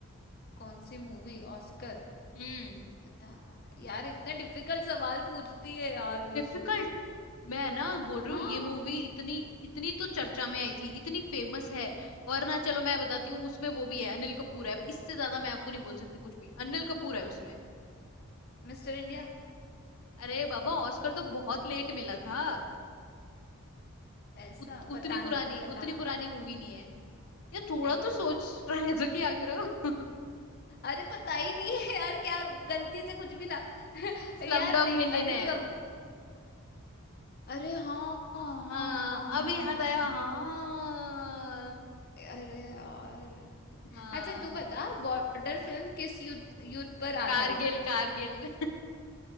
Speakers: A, on the left (about 45°); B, on the left (about 80°).
A: कौन सी मूवी ऑस्कर
B: हम्म
A: बता यार इतने डिफिकल्ट सवाल पूछती है यार
B: डिफिकल्ट
A: बिल्कुल
B: मैं ना बोल रही
A: हाँ
B: हूँ ये मूवी इतनी इतनी तो चर्चा में आई थी इतनी फेमस है और ना चलो मैं बताती हूँ उसमें वो भी है अनिल कपूर है अब इससे ज्यादा मैं आपको नहीं बोल सकती कुछ भी अनिल कपूर है उसमें
A: Mister India
B: अरे बाबा ऑस्कर तो बहुत लेट मिला था
A: ऐसा
B: उत,
A: पता
B: उतनी पुरानी
A: नहीं बता
B: उतनी पुरानी मूवी नहीं है ये थोड़ा
A: नहीं
B: तो
A: पता
B: सोच रहे तो क्या करो
A: अरे पता ही नहीं है यार क्या गलती से कुछ भी ना
B: <laughs> Slum
A: <laughs> यार
B: dog
A: देख
B: millionaire
A: अनिल कब अरे हाँ हाँ
B: <laughs> हाँ
A: हाँ हाँ
B: अभी याद
A: हाँ
B: आया
A: हाँ
B: हाँ
A: अरे यार
B: हाँ
A: अच्छा तू बता बॉर्डर फिल्म किस युद्ध युद्ध पर आधारित
B: कारगिल
A: है
B: कारगिल